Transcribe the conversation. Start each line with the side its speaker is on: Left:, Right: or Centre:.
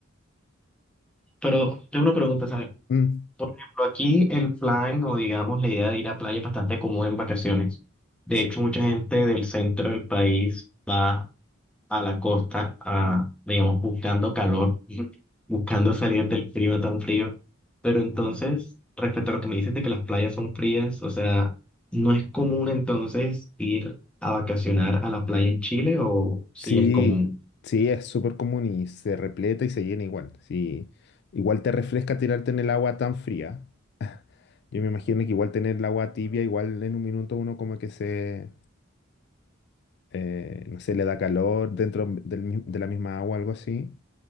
Centre: pero tengo una pregunta, ¿sabes?
Left: Mm,
Centre: Pero Aquí el plan o digamos la idea de ir a playa es bastante común en vacaciones. De
Left: sí,
Centre: hecho, mucha gente del centro del país va a la costa, a, digamos, buscando calor, <laughs> buscando salir del clima tan frío. Pero entonces, respecto a lo que me dices de que las playas son frías, o sea, ¿no es común entonces ir a vacacionar a la playa en Chile o sí
Left: sí,
Centre: es común?
Left: sí, es súper común y se repleta y se llena igual. Sí, igual te refresca tirarte en el agua tan fría. Yo me imagino que igual tener el agua tibia, igual en un minuto uno como que se, eh, no sé, le da calor dentro del mi- de la misma agua, algo así.